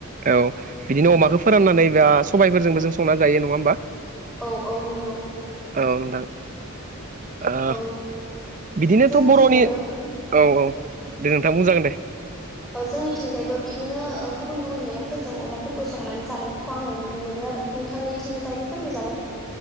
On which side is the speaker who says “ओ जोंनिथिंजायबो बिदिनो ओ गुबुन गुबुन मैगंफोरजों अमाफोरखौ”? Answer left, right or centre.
Centre